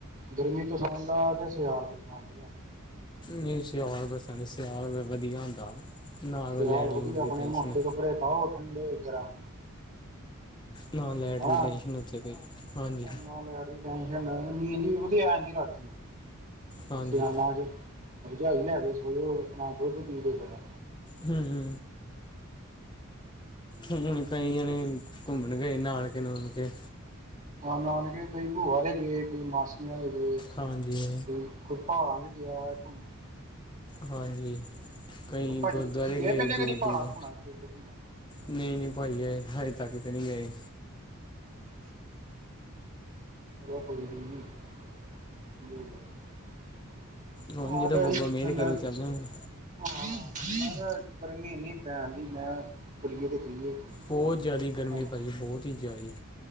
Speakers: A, on the right (about 40°); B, on the left (about 20°).
A: ਗਰਮੀ ਪਸੰਦ ਆ ਤੇ ਸਿਆਲ ਪਸੰਦ ਤੁਹਾਨੂੰ ਆ ਪੁੱਛਣ ਡਿਆ
B: ਨਹੀਂ
A: ਸੀ
B: ਸਿਆਲ ਪਸੰਦ ਹੈ ਸਿਆਲ ਵਧੀਆ ਹੁੰਦਾ ਨਾ ਕੋਈ
A: ਸਿਆਲ
B: ਲੈੜ ਲੂਟ
A: ਵਧੀਆ
B: ਦੀ
A: ਆਪਣੇ
B: ਟੈਂਨਸ਼ਨ
A: ਮੋਟੇ ਕੱਪੜੇ ਪਾਓ ਠੰਡੇ ਗਰਮ
B: ਨਾ ਲੈਟ
A: ਹਨਾ
B: ਦੀ ਟੈਂਸ਼ਨ ਉੱਥੇ ਕੋਈ ਹਾਂਜੀ
A: ਨਾ ਲੈਟ ਦੀ ਨੀਂਦ ਵੀ ਵਧੀਆ ਜਾਂਦੀ ਰਾਤੀ
B: ਹਾਂਜੀ
A: ਸਿਆਲਾਂ ਚ ਰਜਾਈ ਲੈ ਕੇ ਸੋੋ ਨਾ ਦੁੱਧ ਪੀ ਲੈ ਜ਼ਰਾ
B: ਹੂੰ ਹੁਣ ਕਈ ਜਣੇ ਘੁੰਮਣ ਗਏ ਨਾਨਕੇ ਨੂਣ ਕੇ
A: ਨਾਨਕੇ ਕਈ ਭੂਆਾਰੇ ਗਏ ਕਈ ਮਾਸੀਆ ਗਏ
B: ਹਾਂਜੀ
A: ਕੋਈ ਕੋਈ ਪਹਾੜਾਂ ਚ ਗਿਆ ਘੁੰਮਣ
B: ਹਾਂਜੀ, ਕਈ
A: ਹੋਰ ਭਾਜੀ
B: ਗੁਰਦੁਆਰੇ
A: ਤੁਸੀਂ
B: ਗਏ
A: ਪਹਿਲੇ
B: ਦੂਰ-ਦੂਰ।
A: ਕਦੀ ਪਹਾੜਾਂ ਭੂੜਾਂ ਕਿਤੇ ਘੁੰਮਣ
B: ਨਈ-ਨਈ ਭਾਈ ਆਏ ਹਜੇ ਤੱਕ ਤੇ ਨੀ ਗਏ।
A: ਅੱਸ਼ਾ, ਅੱਸ਼ਾ, ਅੱਸ਼ਾ। <unintelligible> <unintelligible>
B: ਹੁਣ ਜਦੋਂ ਬਾਬਾ ਮਿਹਰ ਕਰੂ ਚੱਲ ਜਾਗੇ
A: ਹਾਂ ਮੈਂ ਕਿਹਾ, ਗਰਮੀ ਇਨੀ ਪੈਣ ਦੀ ਮੈਂ ਕਰੀਏ ਤੇ ਕਰੀਏ ਕੀ।
B: ਬੋਤ ਜਾਦੀ ਗਰਮੀ
A: ਹੁਣ
B: ਪਈ ਬੋਤ ਈ ਜਾਦੀ।